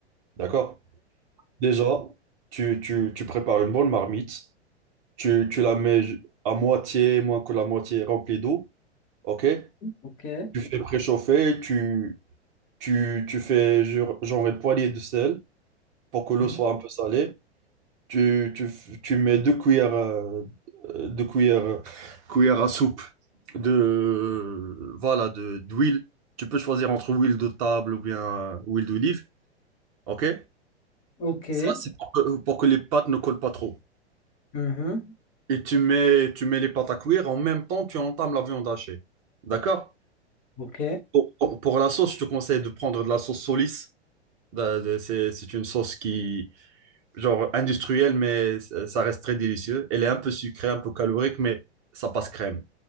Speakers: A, on the right; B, on the left.
A: D'accord? Déjà, tu, tu, tu prépares une bonne marmite. Tu, tu la mets à moitié, moins que la moitié remplie d'eau. Ok?
B: Ok.
A: Tu
B: <laughs>
A: fais préchauffer. Tu, tu, tu fais genre genre une poignée de sel pour que l'eau
B: Mhm.
A: soit un peu salée. Tu, tu, f- tu mets deux cuillères, euh, euh, deux cuillères, cuillères à soupe de, voilà, de, d'huile. Tu peux choisir entre huile de table ou bien euh, huile d'olive. OK?
B: Ok. Ok.
A: Ça, c'est pour que, pour que les pâtes ne collent pas trop.
B: Mhm.
A: Et tu mets, tu mets les pâtes à cuire. En même temps, tu entames la viande hachée. D'accord?
B: Ok.
A: Pour, pour- pour la sauce, je te conseille de prendre de la sauce Solis. Da- de- C'est c'est une sauce qui, genre industrielle, mais ça ça reste très délicieux. Elle est un peu sucrée, un peu calorique, mais ça passe crème.